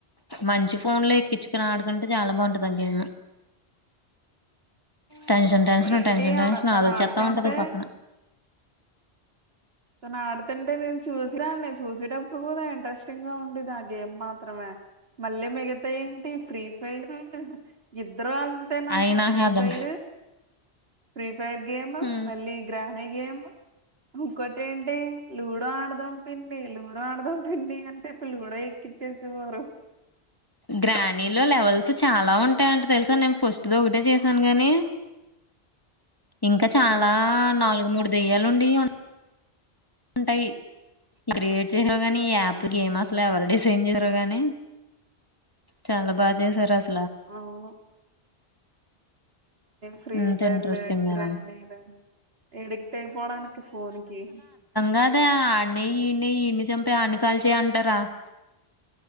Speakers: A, on the left (about 20°); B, on the right (about 65°).
A: మంచి ఫోన్ లో ఎక్కించుకుని ఆడుకుంటే చాలా బంటదండి టెన్షన్ టెన్షన్
B: ఏంటి
A: టెన్షన్ టెన్షన్
B: ఆ తను
A: అది వచ్చేత్త
B: ఆడుతుంటే
A: ఉంటది పక్కన
B: నాడుతుంటే నేను చూసి రానులే చూసేటప్పుడు కూడా ఇంట్రెస్టింగ్ గా ఉండిది ఆ గేమ్ మాత్రమే మళ్లీ మిగతా ఏంటి ఫ్రీ ఫైర్ ఇద్ త్వరగా అంటే నమ్మ
A: అయి నాకు
B: ఫ్రీ
A: అర్థం
B: ఫైర్ ఫ్రీ ఫైర్ గేమ్
A: కా
B: మళ్ళీ గ్రాం నీ గేమ్ ఇంకోటి ఏంటి లూడో ఆడదాం పిన్ని లూడో ఆడదాం పిన్ని గాని చెప్పులు కూడా ఎక్కిచ్చుకేసుకున్నారు
A: గ్రానీలో లెవెల్స్ చాలా ఉంటాయంట తెలుసా నేను ఫస్ట్ ది ఒకటే చేసాను గాని ఇంకా చాలా
B: ఆ
A: నాలుగు మూడు దెయ్యాలు ఉండి ఉన్ ఉంటాయి ఇట్లా క్రియేట్ చేశా కానీ ఈ యాప్ గేమ్ అసల్ ఎవరు డిసైన్ చేసారు గాని చాలా బాగా చేసారు అస్
B: అవును ఫ్రీ
A: ఎంత
B: ఫైర్లు
A: ఇంట్రెస్టింగ్ గానో
B: గ్రానేయిలు ఎడిక్ట్ అయిపోడానికి ఫోన్కి
A: కాదా ఆనీయే ఈనీయే ఈయన్ని చంపి ఆన్ని కాల్చయ్ అంటారా